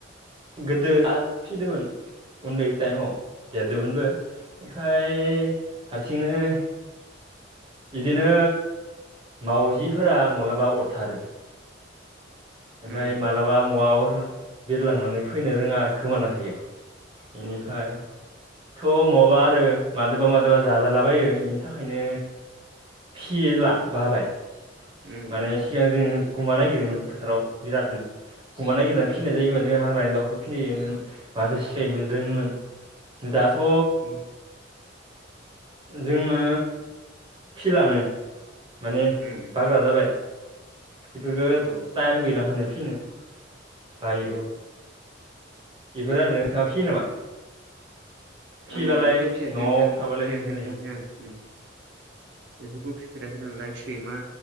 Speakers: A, on the right; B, on the right.
A: गोदो फिसिदोंमोन उन्दै टाइमाव देरदोंमोनबो ओमफ्राय हारसिंनो बिदिनो मावजिफोरा माब्लाबा अरथारो ओमफ्राय
B: उम
A: मालाबा महाबाफोर बिरलांनानै फैनो रोङा गोमाना थायो बेनिफ्राय
B: औ
A: थ' माबा आरो मादोबा मादोबा जाजालाबायो बेनि थाखायनो। फिला बाबाय।
B: उम
A: माने सिगां जों गुमा नागिरोमोन फोथाराव बिरादनो गुमा नागिरनानै
B: उम
A: फिसिनाय जायोमोन जों हाग्रानि दाउखौ फिसिनायजायोमोन माथो सिखायोमोन
B: उम
A: रोङोमोन। दाथ'
B: उम
A: जोङो फिलानो माने
B: उम
A: बाग्रा जाबाय बेफोरफोरखौ
B: औ
A: टाइम गैला माने फिनो बायो
B: औ
A: बेफोर आरो नोंथाङा फियो नामा? फिबालाय
B: आं बिदिथ' फियाखै
A: न'आव
B: नोंथां
A: थाबालाय
B: फियाखैनि
A: मोजां जायो
B: आं आं बेफोरखौ फिफेराखै‌ आं लाइट सैमा